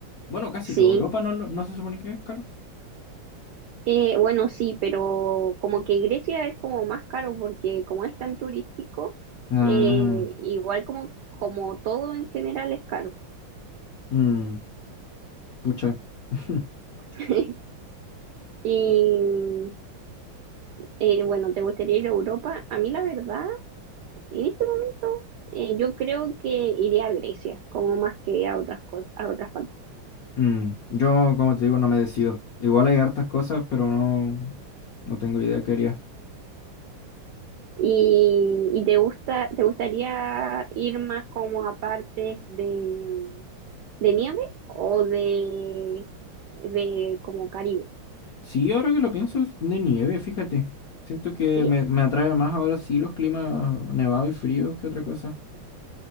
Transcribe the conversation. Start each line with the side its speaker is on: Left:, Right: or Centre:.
Left: Bueno, casi
Right: Sí.
Left: toda Europa no, lo- no se supone que es caro.
Right: Eh, bueno, sí, pero como que Grecia es como más caro porque como es tan turístico,
Left: Ah,
Right: eh, igual como, como todo en general es caro.
Left: mm, pucha. <laughs>
Right: <laughs> Y eh, bueno, ¿te gustaría ir a Europa? A mí la verdad En este momento, eh, yo creo que iría a Grecia, como más que a otras cosas, a otras partes.
Left: Mm, yo, como te digo, no me decido. Igual hay hartas cosas, pero no, no tengo idea qué haría.
Right: ¿Y, y te gusta, te gustaría ir más como a partes de, de nieve o de, de como Caribe?
Left: Sí, ahora que lo pienso, es de nieve, fíjate. Siento que
Right: ¿Sí?
Left: me, me atrae más ahora sí los climas nevados y fríos que otra cosa.